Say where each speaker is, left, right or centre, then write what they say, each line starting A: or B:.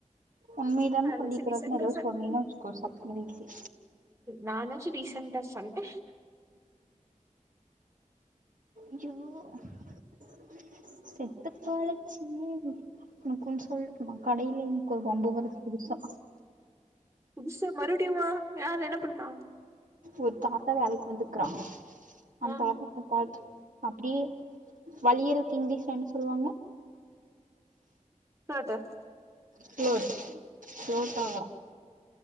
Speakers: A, on the right; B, on the right.
A: உண்மையதான
B: நானாச்சு
A: சொல்லிக்கிறாருன்னு
B: ரீசண்டா
A: ஏதோ
B: சொன்னடி
A: சொன்னீன்னு வச்சுக்கோ சப்புனு வீட்ல
B: நானாச்சு ரீசென்டா சொன் <inaudible>
A: ஐயோ ச செத்து பொழச்சி நான் கொஞ் சொல்ட்டுமா கடையில எனக்கு ஒரு வம்பு வருது புருசா
B: புதுச மறுபடியுமா யார் என்ன பண்ணா
A: ஒரு தாத்தா வேலைக்கு வந்திருக்காங்க அந்த
B: ஆ
A: தாத்தா என் பா அப்டி வழியிறதுக்கு இங்கிலீஷ்ல என்ன சொல்லுவாங்க
B: புளாட்டர்
A: ஃபுளோட் ஃபுளாட் அவரா